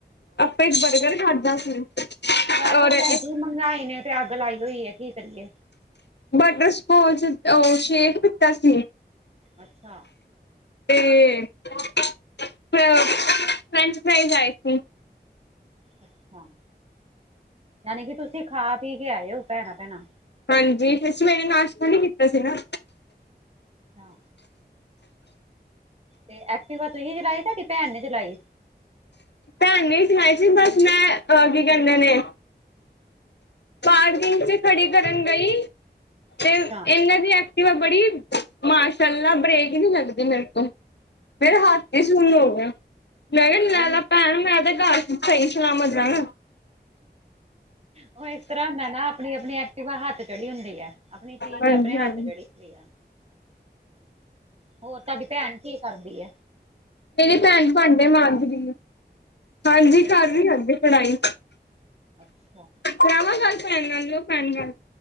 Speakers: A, on the left; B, on the right.
A: ਅੱਪਾਂ ਇੱਕ
B: ਹੋਰ
A: ਬਰਗਰ ਖਾਧਾ ਸੀ।
B: ਵੈਸੇ
A: ਔਰ
B: ਭੈਣਜੀ
A: ਇੱਕ
B: ਮਹਿੰਗਾਈ ਨੇ ਤੇ ਅੱਗ ਲਾਈ ਹੋਈ ਏ, ਕੀ ਕਰੀਏ?
A: ਬਟਰਸਕੋਚ, ਓ ਸ਼ੇਕ ਪੀਤਾ ਸੀ।
B: ਅੱਛਾ
A: ਤੇ ਫਰੈਂਚ ਫਰਾਈਜ ਆਏ ਸੀ।
B: ਅੱਛਾ, ਯਾਨੀ ਕਿ ਤੁਸੀ ਖਾ ਪੀ ਕੇ ਆਏ ਓ ਭੈਣਾਂ ਭੈਣਾਂ।
A: ਹਾਂਜੀ, ਫੇ ਸਵੇਰੇ ਨਾਸ਼ਤਾ ਨੀ ਕੀਤਾ ਸੀ ਨਾ।
B: ਹਾਂ ਤੇ ਐਕਟਿਵਾ ਤੁਹੀ ਚਲਾਈ, ਤੁਹਾਡੀ ਭੈਣ ਨੇ ਚਲਾਈ?
A: ਧੈਨ ਨੇ ਹੀ ਚਲਾਈ ਸੀ, ਬਸ ਮੈ ਅ ਕੀ ਕੈਂਦੇ ਨੇ? ਪਾਰਕਿੰਗ ਚ ਖੜੀ ਕਰਨ ਗਈ ਤੇ
B: ਅੱਛਾ
A: ਏਨੇ ਦੀ ਐਕਟਿਵਾ ਬੜੀ ਮਾਸ਼ਲਾ ਬ੍ਰੇਕ ਹੀ ਨੀ ਲੱਗਦੀ ਮੇਰੇ ਤੋ। ਮੇਰਾ ਹੱਥ
B: ਅੱਛਾ
A: ਈ ਸੁਨ ਹੋ ਗਿਆ, ਮੈਂ ਕੇਹਾ ਨੈਨਾ
B: ਉਹ
A: ਪੈਣ ਮੈ ਤੇ ਕਰ ਸਹੀ ਸਲਾਮਤ ਜਾਣਾ।
B: ਓ ਇਸ ਤਰ੍ਹਾਂ ਹੁੰਦਾ ਨਾ ਅਪਣੀ ਆਪਣੀ ਐਕਟੀਵਾ ਹੱਥ ਚੜੀ ਹੁੰਦੀ ਹੈ। ਅਪਣੀ ਚੀਜ
A: ਹਾਂਜੀ
B: ਅਪਣੇ ਹੱਥ
A: ਹਾਂਜੀ
B: ਚੜੀ ਹੁੰਦੀ ਆ। ਹੋਰ ਤਾਡੀ ਭੈਣ ਕੀ ਕਰਦੀ ਐ?
A: ਮੇਰੀ ਭੈਣ ਭਾਂਡੇ ਮਾਂਜ ਰੀ ਏ। ਹਾਂਜੀ, ਕਰ
B: ਨਹੀਂ
A: ਰਈ ਏ ਅੱਗੇ ਪੜਾਈ।
B: ਅੱਛਾ
A: ਕਰਾਵਾ ਗੱਲ ਭੈਣ ਨਾਲ, ਲੋ ਭੈਣ ਗੱਲ,